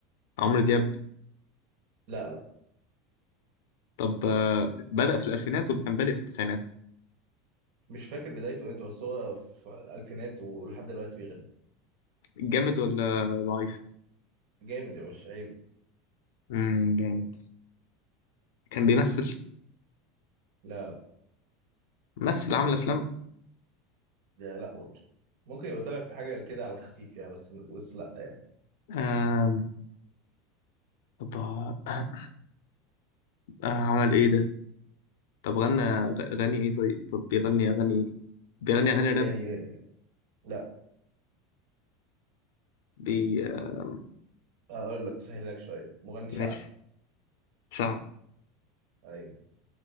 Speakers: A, on the left; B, on the right.
A: عمرو دياب
B: لا لا
A: طب آه، بدأ في الألفينات ولا كان بادئ في التسعينات
B: مش فاكر بدايته امتى بس هو في الفينات ولحد دلوقتي بيغني
A: جامد ولا ضعيف
B: جامد يا باشا عيب
A: امم جامد كان بيمثل
B: لا لا
A: مثل عمل أفلام
B: لا لا برضه ممكن يبقى طالع في حاجه كده على خفيف يعني بس بس لا يعني
A: آم، طب آه، آه، عمل إيه ده طب غنى غ- غني إيه طيب طب بيغني أغاني إيه بيغني أغاني راب
B: يعني لا
A: بي آه،
B: اقول لك سهل لك شويه مغني
A: ماشي
B: شعبي
A: شعبي
B: ايوه